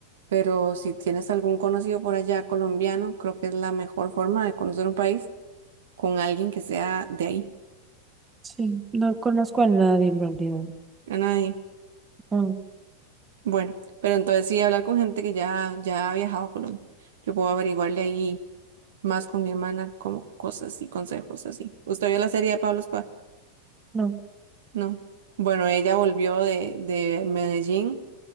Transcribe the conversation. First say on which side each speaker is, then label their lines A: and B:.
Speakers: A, on the right; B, on the right.
A: Pero si tienes algún conocido por allá colombiano, creo que es la mejor forma de conocer un país con alguien que sea de ahí,
B: sí, no conozco a nadie en realidad.
A: a nadie.
B: No,
A: Bueno, pero entonces sí hablar con gente que ya, ya ha viajado a Colombia. Yo puedo averiguarle ahí más con mi hermana, como cosas y consejos así. ¿Usted vio la serie de Pablo Escobar?
B: no,
A: No. Bueno, ella volvió de, de Medellín